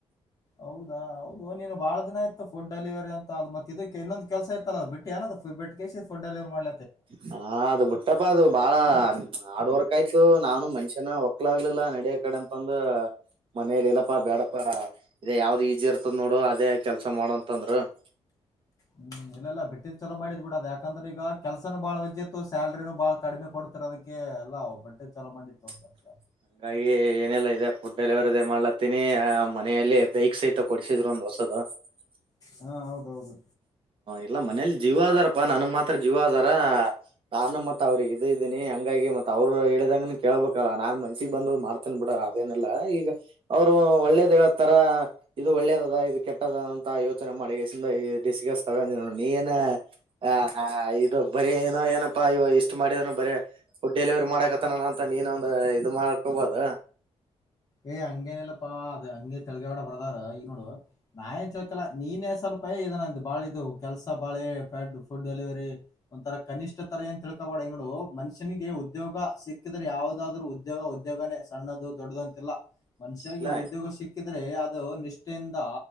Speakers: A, on the left; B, on the right.
A: ಹೌದಾ ಹೌದು ನೀನು ಬಾಳ ದಿನ ಆಯ್ತ್ ಫುಡ್ ಡೆಲಿವರಿ ಅಂತ ಅ ಮತ್ತ ಇದಕ್ಕೆ ಇನ್ನೊಂದು ಕೆಲಸ ಇತ್ತಲ್ಲ ಅದು ಬಿಟ್ಟ <unintelligible> ಡೆಲಿವರಿ ಮಾಡ
B: ಹಾ ಅದು ಬುಟ್ಟಪ್ಪ ಅದು ಬಾಳ ಹಾಡ್ ವರ್ಕ್ ಆಯ್ತು ನಾನು ಮನ್ಷ್ಯನ ಒಕ್ಲಾಗಗ್ಲಿಲ್ಲಾ ನಡಿಯ ಕಡೆ ಅಂತಂದು. ಮನೇಲಿ ಇಲ್ಲಪ್ಪಾ ಬೇಡಪ್ಪಾ ಇದ ಯಾವ್ದ್ ಈಜಿ ಇರ್ತದ ನೋಡು ಅದೇ ಕೆಲ್ಸ ಮಾಡಂತ ಅಂದ್ರು. <inaudible>
A: ಹ್ಮ್ ಏನಿಲ್ಲ ಬಿಟ್ಟಿದ ಚಲೋ ಮಾಡಿದ್ ಬಿಡ ಅದ ಯಾಕ್ ಯಾಕಂದ್ರೆ ಈಗ ಕೆಲ್ಸನ ಬಾಳ್ ವಜ್ಜತ್ತು ಸ್ಯಲ್ರಿನು ಬಾಳ್ ಕಡಿಮೆ ಕೊಡ್ತರ್ ಅದಕ್ಕೆ ಎಲ್ಲ ಬಟ್ ಚಲೋ ಮಾಡಿತ್ತು.
B: <inaudible>
A: ಕೆಲ್ಸ
B: ಹಂಗಾಗಿ ಏನೆಲ್ಲ ಇದೆ ಫುಡ್ ಡೆಲಿವರಿ ಮಾಡ್ಲತ್ತೀನಿ ಆ್ ಮನೆಯಲ್ಲಿ ಬೈಕ್ ಸಹಿತ ಕೊಡಿಸಿದ್ರು ಒಂದ್ ವಸ್ <unintelligible>
A: ಹಾ ಹೌದೌದು
B: ಅಲ್ಲ ಮನೇಲಿ ಜೀವ ಅದಾರಪಾ ನನ್ಗ್ ಮಾತ್ರ ಜೀವ ಅದಾರ. ನಾನು ಮತ್ ಅವ್ರಗ ಇದ ಇದ್ದೀನಿ ಹಂಗಾಗಿ ಮತ್ ಅವ್ರು ಇ ಹೇಳಿದಂಗನನು ಕೇಳಳ್ಬೇಕಲ್ಲಾ ನಾನ್ ಮನ್ ಮನ್ಸಿಗ್ ಬಂದ್ ಮಾಡ್ತೇನ್ ಬಿಡ ಅದೇನಿಲ್ಲಾ ಈಗ ಅವ್ರು ಒಳ್ಳೇದ್ ಹೇಳ್ತಾರ ಇದು ಒಳ್ಳೇದ ಅದ ಇದ್ ಕೆಟ್ಟದಂತ ಯೋಚನೆ ಮಾಡಿ ಡಿಸಗಸ್ ತಗೊಂಡೋ ನೀ ಏನ <unintelligible> ಇದು ಬರರಿ ಏನೋ ಏನಪ್ಪಾ ಇವ ಇಷ್ಟ್ ಮಾಡಿದಾನ ಬರೀ ಫುಡ್ ಡೆಲಿವರಿ ಮಾಡಕತ್ತನ ಅಂತ ನೀನೊಂದ ಅದು ಮಾಡ್ಕೊಬೋದ.
A: ಏ ಹಂಗೇನಲ್ಲಪ್ಪಾ ಅದ ಹಂಗೆ ತೆಳಗವಾಡ ಬರ್ದಾರ ಈಗ ನೋಡು ನಾ ಏನ್ <unintelligible> ನೀನೇ ಸ್ವಲ್ಪ ಪ ಇದ ಬಾಳ ಇದು ಕೆಲಸ ಬಾಳೆ ಡ್ ಫುಡ್ ಡೆಲಿವರಿ ಒಂತರ ಕನಿಷ್ ತರ ಏ ತಿಳ್ಕೊಬ <unintelligible> ನೋಡು ಮನುಷ್ಯನಿಗೆ ಉದ್ಯೋಗ ಸಿಕ್ಕಿದ್ರೆ ಯಾವವುದಾದ್ರರು ಉದ್ಯೋಗ ಉದ್ಯೋಗನೇ ಸಣ್ಣದ ದೊಡ್ಡದುಂತ ಇಲ್ಲ ಮನುಷ್ಯ
B: ಇಲ್ಲ
A: ಉದ್ಯೋಗ ಸಿಕ್ಕಿದ್ರೆ ಅ ನಿಷ್ಠೆಯಿಂದ